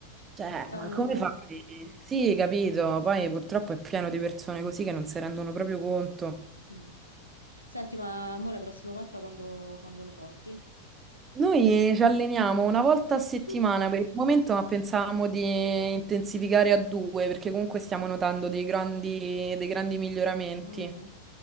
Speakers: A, on the right; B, on the left.
A: Cioè,
B: staccava
A: ma
B: una
A: come
B: mano.
A: fai? Sì, capito, poi purtroppo è pieno di persone così che non si rendono proprio conto.
B: Mm. Senti, ma mo la prossima volta quando, quando lo porti?
A: Noi ci alleniamo una volta a
B: <laughs>
A: settimana per il momento, ma pensavamo di intensificare a due perché comunque stiamo notando dei grandi, dei grandi miglioramenti.
B: Bene,